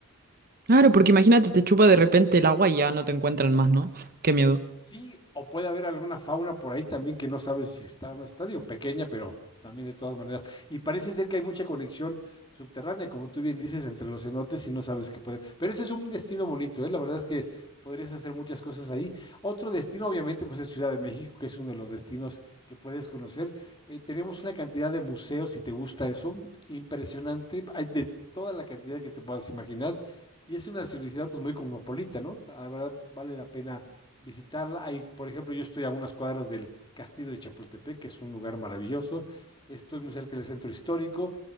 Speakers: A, on the right; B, on the left.
A: Claro, porque imagínate, te chupa de repente el agua y ya no te encuentran más, ¿no? Qué miedo.
B: Sí, o puede haber alguna fauna por ahí también que no sabes si está o no está, digo, pequeña, pero también de todas maneras. Y parece ser que hay mucha conexión subterránea, como tú bien dices, entre los cenotes y no sabes qué puede. Pero ese es un destino bonito, ¿eh? La verdad es que podrías hacer muchas cosas ahí. Otro destino, obviamente, pues es Ciudad de México, que es uno de los destinos que puedes conocer. Eh, tenemos una cantidad de museos, si te gusta eso, impresionante. Hay de toda la cantidad que te puedas imaginar. Y es una ciudad pues muy cosmopolita, ¿no? La verdad vale la pena visitarla. Hay, por ejemplo, yo estoy a unas cuadras del Castillo de Chapultepec, que es un lugar maravilloso. Estoy muy cerca del centro histórico